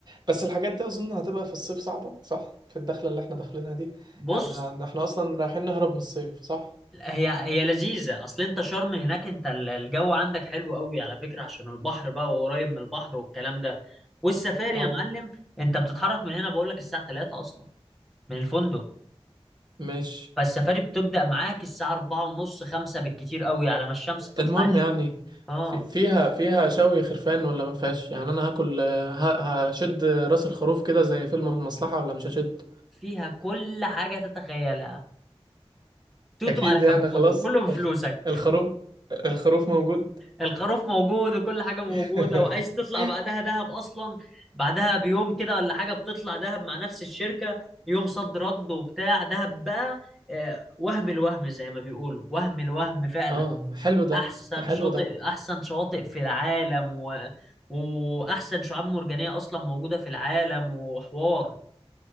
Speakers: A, on the right (about 40°); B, in the centre.
A: بس الحاجات دي اظن هتبقى في الصيف صعبة صح في الدخلة اللي احنا داخلينها دي
B: بص
A: يعني هن- احنا اصلا رايحين نهرب من الصيف صح
B: هي هي لذيذة اصل انت شرم هناك انت ال- الجو عندك حلو قوي على فكرة عشان البحر بقى وقريب من البحر والكلام ده والسفاري
A: اه
B: يا معلم انت بتتحرك من هنا بقول لك الساعة 3 اصلا من الفندق
A: ماشي
B: فالسفاري بتبدأ معاك الساعة 4 ونص 5 بالكتير قوي على ما الشمس تطلع
A: المهم
B: الش-
A: يعني
B: اه
A: في فيها فيها شوي خرفان ولا ما فيهاش يعني انا هاكل ه- هشد راس الخروف كده زي فيلم المصلحة ولا مش هشد
B: فيها كل حاجة تتخيلها توتو
A: اكيد
B: على
A: يعني
B: كبوت
A: خلاص
B: وكله بفلوسك
A: الخ- الخروف الخروف موجود
B: الخروف موجود وكل حاجة موجودة
A: <laughs>
B: وعايز تطلع بعدها دهب أصلا بعدها بيوم كده ولا حاجة بتطلع دهب مع نفس الشركة يوم صد رد وبتاع دهب بقى آه، وهم الوهم زي ما بيقولوا وهم الوهم فعلا
A: اه حلو ده
B: أحسن
A: ده حلو
B: شاطئ
A: ده
B: أحسن شواطئ في العالم و... وأحسن شعاب مرجانية أصلا موجودة في العالم وحوار